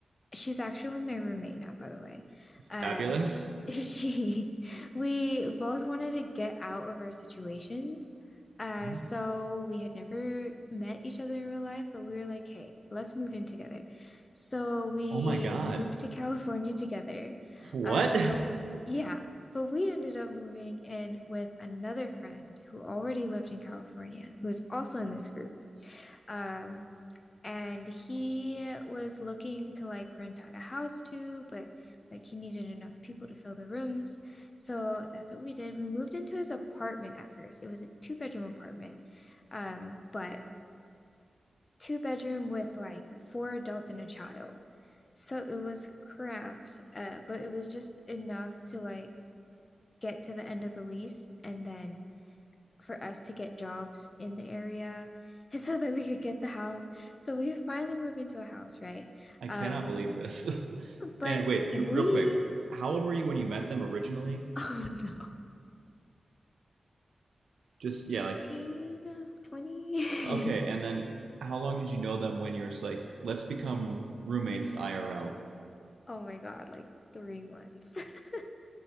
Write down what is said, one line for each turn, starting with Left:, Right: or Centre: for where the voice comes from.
Left: she's actually my roommate now, by the way. Uh,
Right: Fabulous.
Left: <laughs> She, we both wanted to get out of our situations. Uh,
Right: Mhm.
Left: so we had never met each other in real life, but we were like, hey, let's move in together. So we
Right: Oh my God.
Left: moved to <laughs> California together.
Right: What?
Left: Um, but w yeah, but we ended up moving in with another friend who already lived in California, who was also in this group. Um, and he was looking to like rent out a house too, but like he needed enough people to fill the rooms. So that's what we did. We moved into his apartment at first. It was a two bedroom apartment, um, but two bedroom with like four adults and a child. So it was cramped, uh, but it was just enough to like get to the end of the lease and then for us to get jobs in the area <laughs> so that we could get the house. So we finally moved into a house, right?
Right: <laughs> I
Left: Um,
Right: cannot believe this. <laughs> And
Left: but
Right: wait, j-
Left: we,
Right: real quick. How old were you when you met them originally?
Left: <laughs> oh no,
Right: Just, yeah,
Left: 19,
Right: like,
Left: twenty,
Right: okay. And
Left: <laughs>
Right: then how long did you know them when you were just like, let's become roommates IRL?
Left: Oh my God, like three months. <laughs>